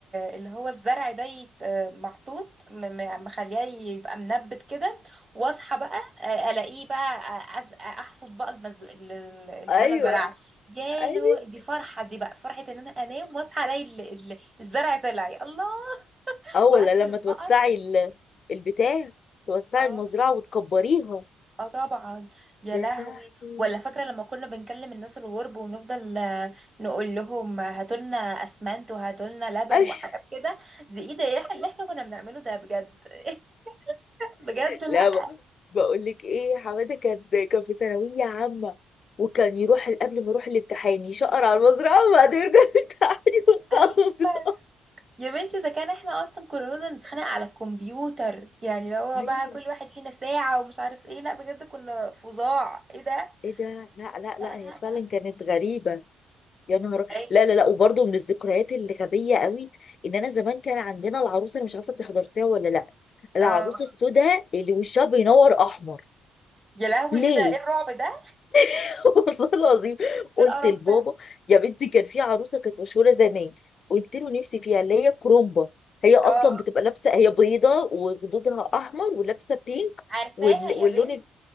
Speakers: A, on the right; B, on the left.
A: اللي هو الزرع ده يت- محطوط م- م- مخليه يبقى منبت كده واصحى بقى آه، الاقيه بقى آه، أز- احصد بقى المز... ال- ال- اللي
B: ايوه
A: انا زرعه يا
B: ايوه
A: اللي هو دي فرحه دي بقى فرحه ان انا انام واصحى الاقي ال- ال- الزرع طلع يا الله
B: اه
A: واكل
B: ولا لما
A: البقر
B: توسعي ال- البتاع توسعي
A: اه
B: المزرعه وتكبريها
A: اه طبعا يا
B: يا
A: لهوي
B: لهوي
A: ولا فاكره لما كنا بنكلم الناس الغرب ونفضل آه، نقول لهم هاتولنا اسمنت وهاتولنا لبن
B: <laughs> أش-
A: وحاجات كده دي ايه ده احنا اللي احنا كنا بنعمله ده بجد <laughs> بجد لا
B: لا ب- بقول لك ايه حماده كان كان في ثانويه عامه وكان يروح قبل ما يروح الامتحان يشقر على المزرعه وبعدين يرجع <laughs> الامتحان يبص
A: ايوه
B: على المزرعه
A: يا بنتي اذا كان احنا اصلا كلنا نتخانق على الكمبيوتر يعني لو هو
B: ايوه
A: بقى كل واحد فينا ساعه ومش عارف ايه لا بجد كنا فظاع ايه ده
B: ايه ده لا لا لا
A: لا لا
B: هي فعلا
A: لا
B: كانت غريبه يا نهار
A: اي
B: لا لا لا وبرضه من الذكريات اللي غبيه قوي ان انا زمان كان عندنا العروسه انا مش عارفه انت حضرتيها ولا لا العروسه
A: اه
B: السوداء اللي وشها بينور احمر
A: يا لهوي
B: ليه
A: ايه ده ايه الرعب ده
B: <laughs> والله العظيم قلت
A: ايه القرف
B: لبابا
A: ده
B: يا بنتي كان في عروسه كانت مشهوره زمان قلت له نفسي فيها اللي هي كرومبا هي اصلا
A: اه
B: بتبقى لابسه هي بيضه وخدودها احمر ولابسه بينك
A: عارفاها
B: وال...
A: يا
B: واللون
A: بنتي
B: ال-